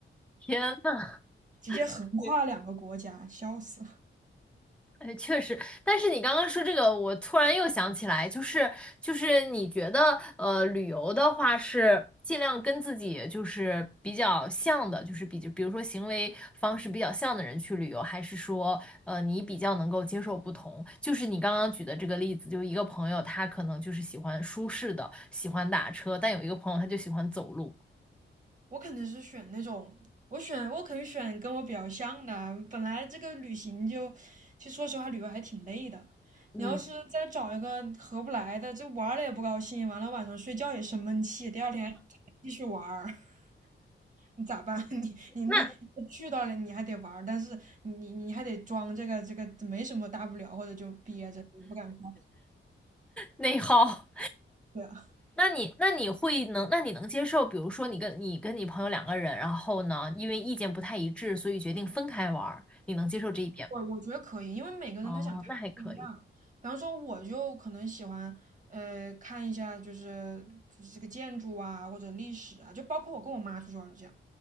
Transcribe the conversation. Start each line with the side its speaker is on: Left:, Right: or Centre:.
Centre: 天呐，
Right: 直接横跨两个国家，
Centre: <laughs>
Right: 笑死。
Centre: 哎，确实，但是你刚刚说这个，我突然又想起来，就是就是你觉得，呃，旅游的话是尽量跟自己就是比较像的，就是比比如说行为方式比较像的人去旅游，还是说，呃，你比较能够接受不同？就是你刚刚举的这个例子，就是一个朋友他可能就是喜欢舒适的，喜欢打车，但有一个朋友他就喜欢走路，
Right: 我肯定是选那种，我选我肯定选跟我比较像的啊。本来这个旅行就，其实说实话，旅游还挺累的。
Centre: 嗯，
Right: 你要是再找一个合不来的，这玩儿了也不高兴，完了晚上睡觉也生闷气，第二天还继续玩儿，<laughs> 你咋办？<laughs> 你你你你去到了，
Centre: 那
Right: 你还得玩儿，但是你你还得装这个这个没什么大不了，或者就憋着不敢说。
Centre: 内耗。
Right: 对啊
Centre: 那你那你会能，那你能接受，比如说你跟你跟你朋友两个人，然后呢，因为意见不太一致，所以决定分开玩儿，你能接受这一点吗？
Right: 我我觉得可以，因为每个人他想看的不一样。
Centre: 哦，那还可以。
Right: 比方说，我就可能喜欢，呃，看一下就是就是这个建筑啊，或者历史啊，就包括我跟我妈出去玩儿都这样，